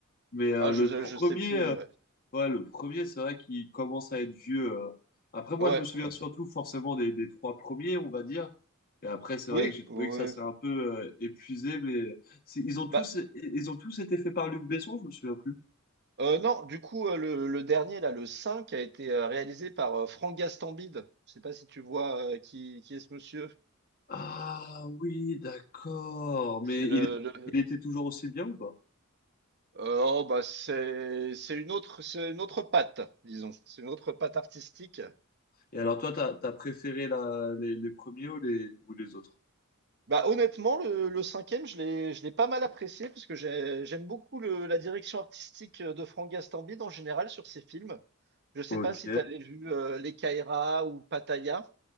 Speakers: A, on the left; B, on the right.
A: mais euh,
B: Ah,
A: le
B: je
A: premier,
B: je sais plus,
A: euh,
B: ouais.
A: ouais, le premier, c'est vrai qu'il commence à être vieux. euh. Après, moi,
B: Ouais.
A: je me souviens surtout forcément des, des trois premiers, on va dire. Et après, c'est
B: Oui,
A: vrai que j'ai trouvé
B: oui.
A: que ça s'est
B: oui.
A: un peu euh, épuisé. Mais c'est- ils ont tous
B: Bah,
A: ils ont tous été faits par Luc Besson, je me souviens plus.
B: heu, non, du coup, heu, le le dernier là, le 5 a été, heu, réalisé par, heu, Franck Gastambide. Je sais pas si tu vois, heu, qui qui est ce monsieur?
A: Ah oui, d'accord. Mais
B: C'est le
A: il,
B: le heu,
A: il était toujours aussi bien ou pas?
B: oh, bah, c'est c'est une autre c'est une autre patte, disons. C'est une autre patte artistique.
A: Et alors toi, t'as, t'as préféré la, les, les premiers ou les, ou les autres?
B: Bah, honnêtement, le le 5 je l'ai je l'ai pas mal apprécié parce que j'ai j'aime beaucoup le la direction artistique, euh, de Franck Gastambide en général sur ses films. Je sais
A: Ok.
B: pas si tu avais vu, heu, Les Caïras ou Pattaya?